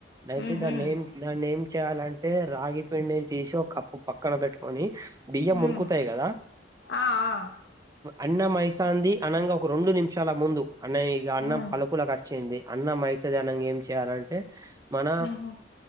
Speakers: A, on the right; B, on the left.
A: అయితే
B: ఉహు
A: దా నేమ్ దా నేమ్ లంటే రాగి పిండిని తీసి ఒక కప్పు పక్కన పెట్టుకొని బియ్యం
B: ఉమ్
A: ఉడుకుతాయి కదా
B: ఆ ఆ
A: అన్నం అయితుంది అనంగా ఒక రెండు నిమిషాల ముందు అన్న ఇ అన్నం
B: ఉమ్
A: పలుకుల అన్నం అయితది అనంగ ఏం చేయాలంటే మన
B: ఉహు